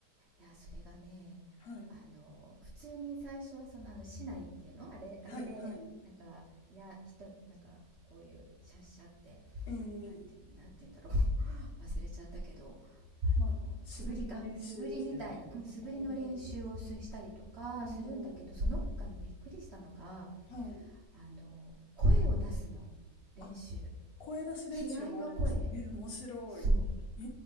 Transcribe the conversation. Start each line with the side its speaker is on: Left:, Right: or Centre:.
Right: いやそれがねあの普通に最初はそのあの市内っていうのあれあれでなんかいや人なんかこういうシャッシャって
Left: はい。はい、はい。ええ、
Right: なんていうなんていうんだろう <laughs> 忘れちゃったけどあの素振りか素振りみたいな、
Left: まあ、素振りの練習でしたよね。
Right: うん、素振りの練習をしたりとかするんだけどその他にびっくりしたのが
Left: ええ、ええ、はい。
Right: あの声を出すの練習
Left: あ、声出し練習もあるんです。
Right: 気合の声
Left: ええ、面白い。
Right: そう
Left: え